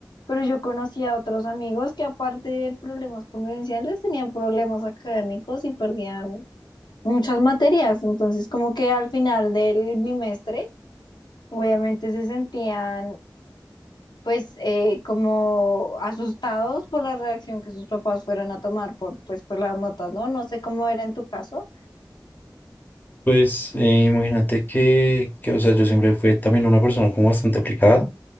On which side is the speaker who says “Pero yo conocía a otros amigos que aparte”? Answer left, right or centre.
Left